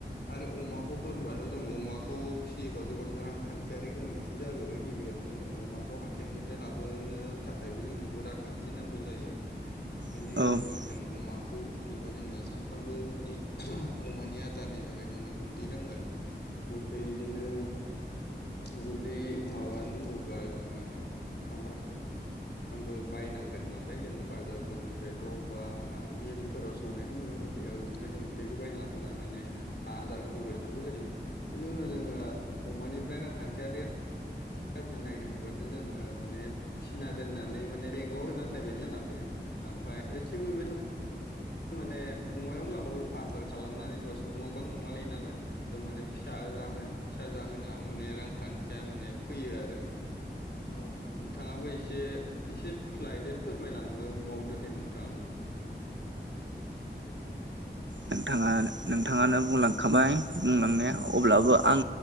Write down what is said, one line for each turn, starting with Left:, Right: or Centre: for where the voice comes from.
Left: आरो अमाखौ होनोबाथ' जों अमाखौ फियोबा गोबां रांखान्थियारि गोनांथि जागोरो गिबियावनो जों अमाखौ हाथायनिफ्राय लाबोनो थाखायबो जोंनो रांखान्थि नांगौ जायो। बेनि
Right: नोंथाङानो
Left: गेजेरजों जों अमा खौ फिनोबा जोंनो सानफ्रामबोनि आं अमानि आदारनि थाखाय जोंनो गुन्दै नांगोन। गुन्दै इदिनो गुन्दै माबा नांगौबा जोङो सामफ्रा फ्रामबो बायनांगोन नालाय जों बाजारफोरनिफ्राय वबेबा ब मिल फोराव सौनायखौ नुनो मोनसै ओं ओमफ्राय जों गुन्दैखौ बायना लाबोना माने आदार होफैबाय थानांगौ जायो। बेनि उनाव जोङो अमानिफ्राय रांखान्थियारि आरजिनाय होनोबाथ' जोङो माने फिना दोननानै माने बेंकआव होना दोननाय बायदि दोनना फैयो। ओमफ्राय ओ थिगबेबायदिनो माने अमायाव लामाबो द आदार खालामनानै सोरबा सुबुङा गोबां अमा लायो नालाय एकदोम माने फिसा जाहोन फिसा जाहोनाव माने रांखान्थिया माने फैयो आरो । औ नोंथाङाबो एसे एसे फुस्लायदो फोरमायलां बावदो दे नोंथाङाबो ।
Right: नोंथाङा नोंथाङानो बुंलांखाबाय बुंलांनाया अब्लाबो आं